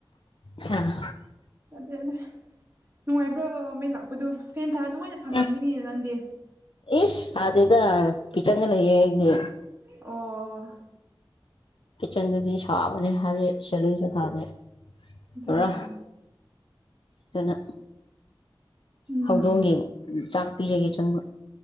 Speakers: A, on the left; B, on the right.
A: ꯍꯝ
B: ꯌꯥꯗ꯭ꯔꯦ ꯌꯥꯗ꯭ꯔꯦ ꯅꯨꯡꯉꯥꯏꯕ꯭ꯔꯣ ꯃꯩ ꯂꯥꯛꯄꯗꯨꯣ ꯐꯦꯟ ꯊꯥꯔ ꯅꯨꯡꯉꯥꯏꯅ ꯐꯝꯔꯝꯒꯅꯤꯅꯦ
A: ꯑꯦ
B: ꯅꯪꯗꯤ
A: ꯏꯁ ꯁꯥꯗꯦꯗ ꯀꯤꯆꯟꯗ ꯂꯩꯌꯦ ꯑꯩꯗꯤ
B: ꯑꯣ
A: ꯀꯤꯆꯟꯗꯗꯤ ꯁꯥꯥꯕꯅꯦ ꯍꯥꯢꯗꯤ ꯁꯤꯂꯤꯡꯥꯨ ꯊꯥꯗꯦ
B: ꯑꯠꯆꯥ
A: ꯄꯨꯔꯥ
B: ꯑꯠꯆꯥ
A: ꯑꯗꯨꯅ
B: ꯎꯝ
A: ꯍꯧꯗꯣꯡꯒꯤ ꯎ ꯆꯥꯛ ꯄꯤꯖꯒꯦ ꯆꯪꯕ